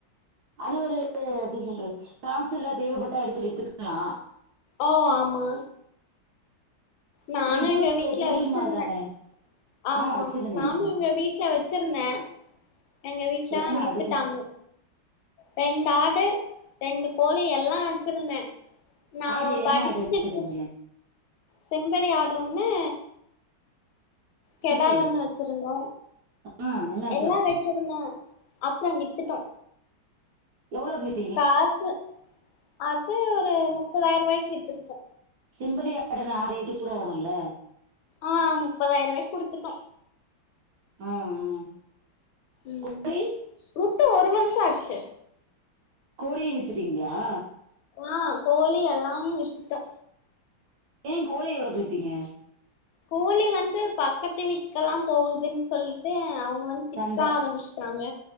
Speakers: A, on the right; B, on the left.
A: அது ஒரு எப்டி சொல்றது காசில்ல தேவப்பட்டா எடுத்து வித்துக் <inaudible> லா
B: ஓ ஆமா நானு
A: இப்ப இது
B: எங்க
A: ஒரு
B: வீட்ல
A: தொழில்
B: வச்சிருந்த
A: மாரிதானே
B: ஆமா
A: ஆ வச்சிருந்தீங்களா
B: நானு எங்க வீட்ல வச்சிருந்த எங்க வீட்லதா
A: எத்தன
B: வித்துட்டாங்க
A: ஆடு
B: ரெண்டு ஆடு ரெண்டு கோழி எல்லா வச்சிருந்தே நா
A: ஆடு என்ன
B: படிச்சிட்ரு
A: ஆடு வச்சிருந்தீங்க
B: செம்பறி ஆடு ஒன்னு கெடாய்
A: சூப்பரு
B: ஒன்னு வச்சிருந்தோ
A: ஆ என்னாச்சு
B: எல்லா வச்சிருந்தோ அப்றோ வித்துட்டோ
A: எவுளோக்கு வித்
B: காசு அது ஒரு முப்பதாய்ர்வாய்க் வித்திருப்போ
A: செம்பறி ஆடுன்னா ரேட்டு கூட வருல்ல
B: ஆ முப்பதாய்ர்ருவாய்க் குடுத்துட்டோ
A: ஆ ஆ
B: ம்
A: கோழி
B: குத்து ஒரு வருஷோ ஆச்சு
A: கோழியு வித்துட்டீங்ளா
B: ஆ கோழி எல்லாமே வித்துட்டோ
A: ஏ கோழிய எவ்ளோக்கு வித்தீங்க
B: கோழி வந்து பக்கத்து வீட்டுக்கெல்லா போகுதுன் சொல்ட்டு அவுங் க வந்து திட்ட
A: சண்டை
B: ஆரம்பிஸ்ட்டாங்க